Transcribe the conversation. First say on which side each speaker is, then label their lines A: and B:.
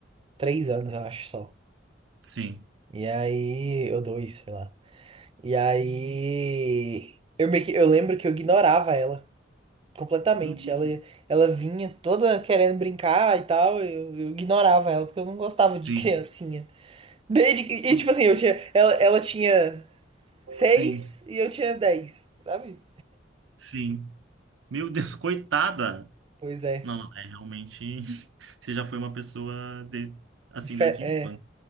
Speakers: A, on the right; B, on the right.
A: três anos, eu acho só.
B: Sim.
A: E aí, ou dois, sei lá. E aí, eu meio que, eu lembro que eu ignorava ela completamente.
B: Meu Deus.
A: Ela, ela vinha toda querendo brincar e tal, eu, eu ignorava ela porque eu não gostava de
B: Sim.
A: <laughs> criancinha. Desde, e,
B: Co-
A: e, tipo assim, eu tinha, ela, ela tinha seis
B: Sim.
A: e eu tinha dez, sabe?
B: Sim. Meu Deus, <laughs> coitada!
A: Pois é.
B: Não, não, é realmente. <laughs> Você já foi uma pessoa de... assim
A: Dife-
B: desde
A: É.
B: a infância.